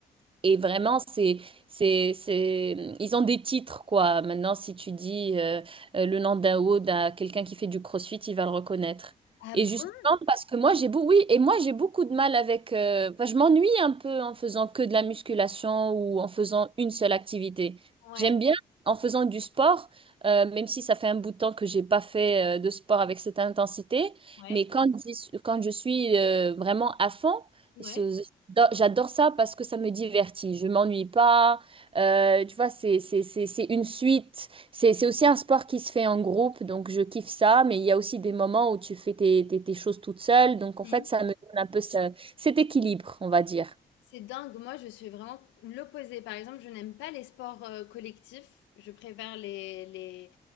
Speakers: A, on the right; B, on the left.
A: Et vraiment, c'est, c'est, c'est... ils ont des titres, quoi. Maintenant, si tu dis euh, euh, le nom d'un hood à quelqu'un qui fait du crossfit, il va le reconnaître.
B: Ah
A: Et
B: bon?
A: justement, parce que moi, j'ai beau... oui, et moi, j'ai beaucoup de mal avec... euh, enfin, je m'ennuie un peu en faisant que de la musculation ou en faisant une seule activité.
B: Ouais,
A: J'aime bien en faisant du sport, euh, même si ça fait un bout de temps que j'ai pas fait euh, de sport avec cette intensité.
B: ouais,
A: Mais quand, j'y suis- quand je suis euh, vraiment à fond,
B: ouais.
A: ce- J'ado- J'adore ça parce que ça me divertit. Je m'ennuie pas. Euh, tu vois, c'est c'est- c'est- c'est une suite. C'est c'est aussi un sport qui se fait en groupe, donc je kiffe ça. Mais il y a aussi des moments où tu fais tes, tes- tes choses toute seule. Donc en
B: hmm.
A: fait, ça me donne un peu ce- cet équilibre, on va dire.
B: C'est dingue, moi je suis vraiment l'opposé. Par exemple, je n'aime pas les sports euh, collectifs, je préfère les, les,